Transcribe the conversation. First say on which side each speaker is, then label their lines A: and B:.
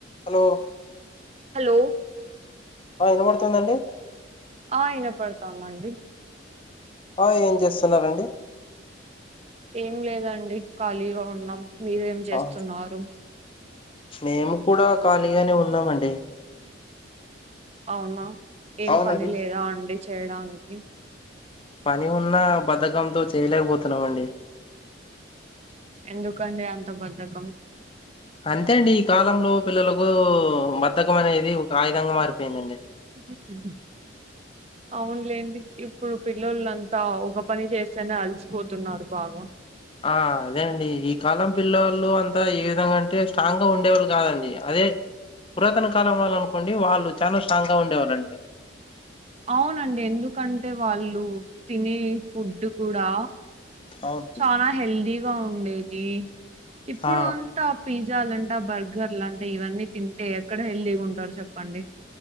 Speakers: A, on the left; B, on the right.
A: Hello
B: hello
A: ఆ వినబడుతుందా అండి
B: ఆ ఇనపడతోందండి
A: ఆ ఏం జేస్తున్నారండి
B: ఏం లేదండి ఖాళీగా ఉన్నాం మీరేం చేస్తున్నారు
A: అవును, మేము కూడా ఖాళీగానే ఉన్నామండి
B: అవునా ఏం
A: అవునండి
B: పని లేదా అండి చేయడానికి
A: పని ఉన్నా బద్దకంతో చేయలేకపోతున్నాం అండి
B: ఎందుకండి అంత బద్దకం
A: అంతే అండి ఈ కాలంలో పిల్లలకూ బద్దకం అనేది ఒక ఆయుధంగా మారిపోయిందండి
B: ఉమ్ హ్ హ్ ఉమ్
A: <inaudible>
B: అవునులేండి ఇప్పుడు పిల్లలు అంతా ఒక పని చేస్తేనే అలసిపోతున్నారు బాగా
A: ఆ అదే అండి ఈ కాలం పిల్లోళ్ళు అంతా ఏ విధంగా అంటే స్ట్రాంగ్ గా ఉండేవాళ్ళు కాదండి అదే పురాతన కాలం వాళ్ళనుకోండి వాళ్ళు చానా స్ట్రాంగ్ ఉండేవాళ్ళండి
B: అవునండి ఎందుకంటే వాళ్ళు తినే ఫుడ్ కూడా
A: అవును
B: చానా హెల్దీగా ఉండేది ఇప్పుడు
A: ఆ
B: అన్ తా పిజ్జాలంటా, బర్గర్లంటా ఇవన్నీ తింటే ఎక్కడ హెల్దీగుంటారు చెప్పండి